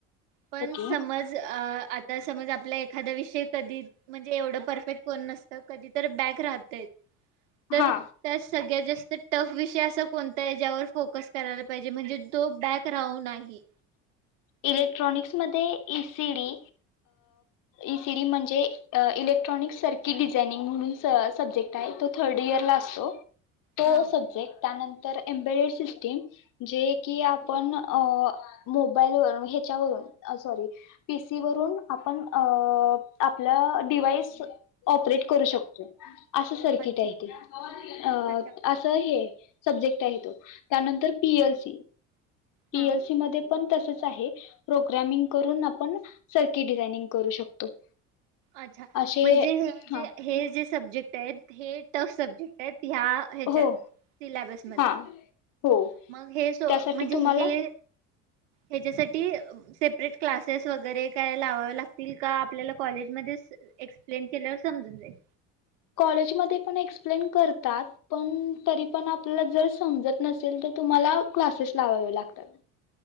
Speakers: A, on the right; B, on the left.
A: पण
B: ओके
A: समज आता समज आपल्या एखा्दया विषय कधी म्हणजे एवढ परफेक्ट कोण नसत कधी बॅ राहतयच. तर
B: हा
A: त्यात सगळ्यात जास्त ते अस कोणत्या हेच्यावर फोकस करायला पाहिजे म्हणजे तो बॅक राऊ नाही?
B: इलेक्ट्रॉनिक्समध्ये E C D, E C D म्हणजे इलेक्ट्रॉनिक्स सर्कि डिझायनिंग म्हणून स सब्जेक्ट आहे. तो थर्ड इयर
A: ह
B: ला असतो, तो
A: हा
B: सब्जेक्ट त्यानंतर embedded system जे की आपण अ मोबाईलवर ह्याच्यावरून सॉरी पी सी वरून आपण आ आपला डिवाइस ऑपरेट करू शकतो. असं सर्किट
A: अच्छा
B: आहे ते. अ
A: अच्छा
B: असं हे, सब्जेक्ट आहे तो त्यानंतर पीएल सी पी
A: हा
B: ओ सी मध्ये पण तसंच आहे प्रोग्रमिंग करून आपण सारखी डिझानिंग करू शकतो.
A: अच्छा
B: असे
A: म्हणजेे हे जे
B: हा
A: हे दिसत सब्जेक्ट आहेत. हे सब्जेक्ट आहेत ह्या ह्याच्यात
B: हो
A: सिल्याबस मध्ये.
B: हा हो
A: मग हे स
B: त्यासाठी
A: म्हणजे
B: तुम्हाला
A: हे हेच्या साठी ही सेपरेट क्लासेस वगैरे काय लावावे लागतील का आपल्याला कॉलेज मध्ये एक्सप्लेन केल्यावर समजून जाईल
B: कॉलेजमध्ये पण एक्सप्लेन करतात, पण तरी पण आपला जर समजतं नसेल तर तुम्हाला क्लासेस लावावे लागतात.